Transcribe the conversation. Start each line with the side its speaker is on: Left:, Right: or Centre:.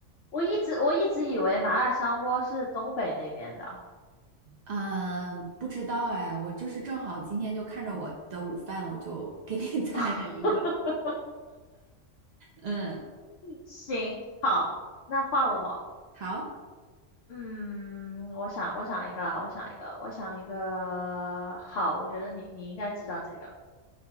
Left: 我一直我一直以为麻辣香锅是东北那边的。
Right: 嗯，不知道哎，我就是正好今天就看着我的午饭，我就给你 <laughs> 猜了一个。
Left: <laughs>
Right: 嗯，
Left: 行，好，那换我。
Right: 好，
Left: 嗯，我想，我想一个啊我想一个，我想一个。好，我觉得你你应该知道这个。